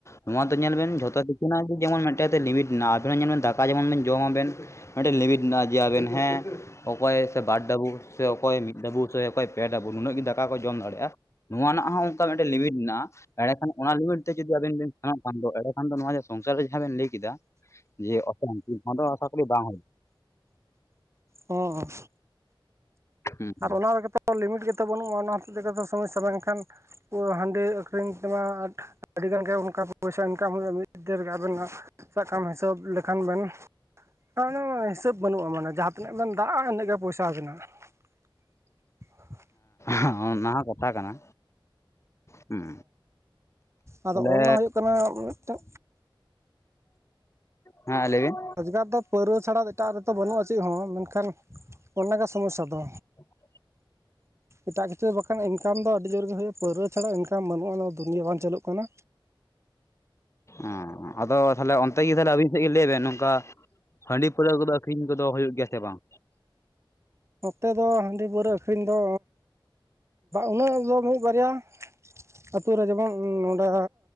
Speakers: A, on the left (about 35°); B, on the right (about 30°).
A: ᱱᱚᱣᱟ ᱫᱚ ᱧᱮᱞ ᱵᱮᱱ ᱡᱷᱚᱛᱚ ᱠᱤᱪᱷᱩᱱᱟᱜ ᱜᱮ ᱡᱮᱢᱚᱱ ᱢᱤᱫᱴᱮᱡ ᱠᱟᱛᱮ ᱞᱤᱢᱤᱴ ᱢᱮᱱᱟᱜᱼᱟ ᱟᱵᱮᱱ ᱧᱮᱞ ᱵᱮᱱ ᱫᱟᱠᱟ ᱡᱮᱢᱚᱱ ᱵᱮᱱ ᱡᱚᱢᱟᱵᱮᱱ ᱢᱤᱫᱴᱮᱱ ᱞᱤᱢᱤᱴ ᱢᱮᱱᱟᱜᱼᱟ ᱡᱮ ᱟᱵᱮᱱ ᱦᱮᱸ ᱚᱠᱚᱭ ᱥᱮ ᱵᱟᱨ ᱰᱟᱵᱩ ᱥᱮ ᱚᱠᱚᱭ ᱢᱤᱫ ᱰᱟᱵᱩ ᱥᱮ ᱚᱠᱚᱭ ᱯᱮ ᱰᱟᱵᱩ ᱱᱩᱱᱟᱹᱜ ᱜᱮ ᱫᱟᱠᱟ ᱠᱚ ᱡᱚᱢ ᱫᱟᱲᱮᱭᱟᱜᱼᱟ ᱱᱚᱣᱟ ᱨᱮᱱᱟᱜ ᱦᱚᱸ ᱚᱱᱠᱟ ᱢᱤᱫᱴᱮᱱ ᱞᱤᱢᱤᱴ ᱢᱮᱱᱟᱜᱼᱟ ᱮᱸᱲᱮᱠᱷᱟᱱ ᱚᱱᱟ ᱞᱤᱢᱤᱴ ᱛᱮ ᱡᱩᱫᱤ ᱟᱵᱤᱱ ᱵᱮᱱ ᱥᱮᱱᱚᱜ ᱠᱷᱟᱱ ᱾ ᱫᱚ ᱮᱸᱲᱮᱠᱷᱟᱱ ᱫᱚ ᱱᱚᱣᱟ ᱥᱚᱝᱥᱟᱨ ᱨᱮ ᱡᱟᱸᱦᱟ ᱵᱮᱱ ᱞᱟᱹᱭ ᱠᱮᱫᱟ ᱾ ᱡᱮ ᱚᱥᱟᱱᱛᱤ ᱱᱚᱭᱟ ᱫᱚ ᱟᱥᱟ ᱠᱚᱨᱤ ᱵᱟᱝ
B: ᱚ
A: ᱦᱩᱸ ᱦᱩᱸ
B: ᱟᱨ ᱚᱱᱟᱛᱚ ᱞᱤᱢᱤᱴ ᱜᱮᱛᱚ ᱵᱟᱹᱱᱩᱜᱼᱟ ᱚᱱᱟ ᱦᱚᱛᱮᱡ ᱛᱮ ᱥᱚᱢᱚᱥᱥᱟ ᱵᱟᱝᱠᱷᱟᱱ ᱦᱟᱺᱰᱤ ᱟᱹᱷᱨᱤᱧ ᱛᱮᱢᱟ ᱟᱴ ᱟᱹᱰᱤᱜᱟᱱ ᱜᱮ ᱚᱱᱠᱟ ᱯᱚᱭᱥᱟ ᱤᱱᱠᱟᱢ ᱦᱩᱭᱩᱜᱼᱟ ᱢᱤᱫ ᱫᱤᱱ ᱨᱮᱜᱮ ᱟᱵᱮᱱᱟᱜ ᱥᱟᱠᱟᱢ ᱦᱤᱥᱟᱹᱵ ᱞᱮᱠᱷᱟᱱ ᱵᱮᱱ ᱦᱮ ᱦᱤᱥᱟᱹᱵ ᱵᱟᱹᱱᱩᱜᱼᱟ ᱢᱟᱱᱮ ᱡᱟᱦᱟᱸ ᱛᱤᱱᱟᱹᱜ ᱵᱮᱱ ᱫᱟᱜᱼᱟ ᱤᱱᱟᱹᱜ ᱜᱮ ᱯᱚᱭᱥᱟ ᱟᱵᱮᱱᱟᱜ ᱦ <inaudible>
A: ᱦᱮᱸ ᱚᱱᱟ ᱦᱚᱸ ᱠᱟᱛᱷᱟ ᱠᱟᱱᱟ ᱦᱮᱸ
B: ᱟᱫᱚ
A: ᱛᱟᱦᱟᱞᱮ
B: ᱚᱱᱟ ᱦᱩᱭᱩᱜ ᱠᱟᱱᱟ ᱢᱤᱫᱴᱮᱱ
A: ᱦᱮᱸ ᱞᱟᱹᱭ ᱵᱤᱱ
B: ᱨᱚᱡᱽᱜᱟᱨ ᱫᱚ ᱯᱟᱹᱣᱨᱟᱹ ᱪᱷᱟᱲᱟ ᱫᱚ ᱮᱴᱟᱜ ᱨᱮᱛᱚ ᱵᱟᱹᱱᱩᱜᱼᱟ ᱪᱮᱫ ᱦᱚᱸ ᱢᱮᱱᱠᱷᱟᱱ ᱚᱱᱟᱜᱮ ᱥᱚᱢᱚᱥᱥᱟ ᱫᱚ
A: <unintelligible>
B: ᱮᱴᱟᱜ ᱠᱤᱪᱷᱩ ᱵᱟᱠᱷᱟᱱ ᱤᱱᱠᱟᱢ ᱫᱚ ᱟᱹᱰᱤ ᱡᱳᱨ ᱜᱮ ᱦᱩᱭᱩᱜᱼᱟ ᱯᱟᱹᱣᱨᱟᱹ ᱪᱷᱟᱲᱟ ᱤᱱᱠᱟᱢ ᱵᱟᱹᱱᱩᱜᱼᱟ ᱱᱚᱣᱟ ᱫᱩᱱᱭᱟᱹ ᱵᱟᱝ ᱪᱟᱹᱞᱩᱜ ᱠᱟᱱᱟ
A: ᱚ ᱟᱫᱚ ᱛᱟᱦᱮᱞᱮ ᱚᱱᱛᱮ ᱜᱮ ᱛᱟᱦᱮᱞᱮ ᱟᱵᱤᱱ ᱥᱮᱫ ᱜᱮ ᱞᱟᱹᱭ ᱵᱮᱱ ᱱᱚᱝᱠᱟ ᱦᱟᱺᱰᱤ ᱯᱟᱹᱣᱨᱟᱹ ᱠᱚᱫᱚ ᱟᱹᱠᱷᱨᱤᱧ ᱠᱚᱫᱚ ᱦᱩᱭᱩᱜ ᱜᱮᱭᱟ ᱥᱮ ᱵᱟᱝ
B: ᱱᱚᱛᱮ ᱫᱚ ᱦᱟᱺᱰᱤ ᱯᱟᱹᱣᱨᱟᱹ ᱟᱹᱠᱷᱨᱤᱧ ᱫᱚ ᱩᱱᱟᱹᱜ ᱫᱚ ᱢᱤᱫ ᱵᱟᱨᱭᱟ ᱟᱛᱳ ᱨᱮ ᱡᱮᱢᱚᱱ ᱱᱚᱸᱰᱮ